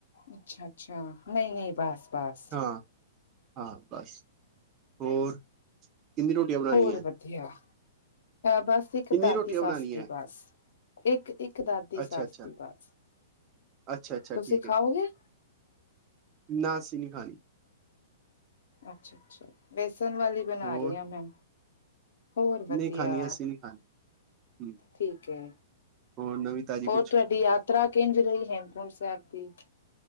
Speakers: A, on the left; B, on the right.
A: ਅੱਛਾ ਅੱਛਾ ਨਹੀਂ ਨਹੀਂ ਬਸ ਬਸ।
B: ਹਾਂ ਹਾਂ ਬਸ ਹੋਰ? ਕਿੰਨੀ ਰੋਟੀਆਂ ਬਣਾਉਣੀ
A: ਹੋਰ
B: ਹੈ
A: ਵਧੀਆ। ਬਸ ਇੱਕ
B: ਕਿੰਨੀ
A: ਦਾਦੀ
B: ਰੋਟੀਆਂ
A: ਸੱਸ
B: ਬਣਾਉਣੀ
A: ਦੀ
B: ਹੈ
A: ਬਸ। ਇੱਕ ਇੱਕ ਦਾਦੀ
B: ਅੱਛਾ
A: ਸੱਸ
B: ਅੱਛਾ
A: ਦੀ ਬਸ।
B: ਅੱਛਾ ਅੱਛਾ
A: ਤੁਸੀਂ
B: ਠੀਕ
A: ਖਾਓਗੇ?
B: ਹੈ ਨਾ ਅੱਸੀ ਨੀਂ ਖਾਣੀ।
A: ਅੱਛਾ ਅੱਛਾ ਵੇਸਨ ਵਾਲੀ ਬਣਾ
B: ਹੋਰ
A: ਰਹੀ ਹਾਂ ਮੈਂ। ਹੋਰ ਵਧੀਆ।
B: ਨਹੀਂ ਖਾਣੀ ਅਸੀਂ ਨਹੀਂ ਖਾਣੀ ਹਮ,
A: ਠੀਕ ਹੈ।
B: ਹੋਰ ਨਵੀਂ ਤਾਜ਼ੀ
A: ਹੋਰ
B: ਕੁਛ
A: ਤੁਹਾਡੀ ਯ ਤਰਾ ਕੇਜ ਰਹੀ ਹੇਮਕੁੰਡ ਸਾਹਿਬ ਦੀ?